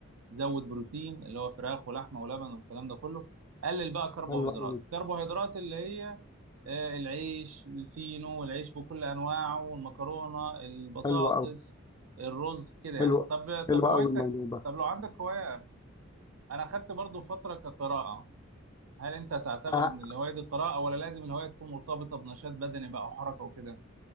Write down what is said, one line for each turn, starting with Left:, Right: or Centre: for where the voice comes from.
Right: زود بروتين اللي هو فراخ ولحمه ولبن والكلام ده كله قلل بقى كربوهيدرات
Left: حلو قوي
Right: كربوهيدرات اللي هي آه، العيش الفينو والعيش بكل انواعه والمكرونه البطاطس
Left: حلو قوي
Right: الرز كده يعني
Left: حلو
Right: طب
Left: حلو
Right: طب هوايتك
Left: قوي الموضوع ده
Right: طب لو عندك هوايه انا خدت برضو فتره كقراءه هل انت تعتبر
Left: أه
Right: ان الهوايه دي قراءه ولا لازم الهوايه تكون مرتبطه بنشاط بدني بقى وحركه وكده